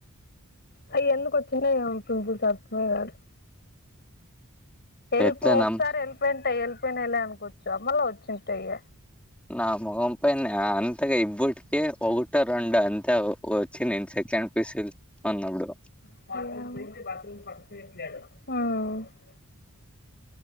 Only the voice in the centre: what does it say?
ఎట్లా
నమ్
నా మఖంపై అంతగా ఈబోట్ ఒకట రండు అంతే వచ్చి నేను సెకండ్ ప్లేస్ అన్నప్పుడు